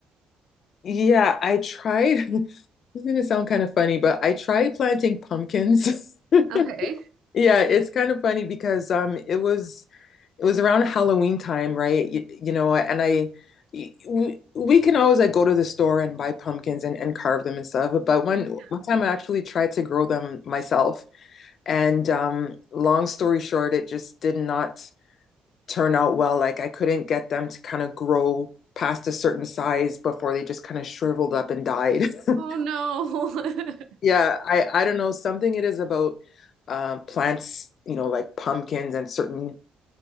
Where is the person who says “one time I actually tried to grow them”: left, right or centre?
Left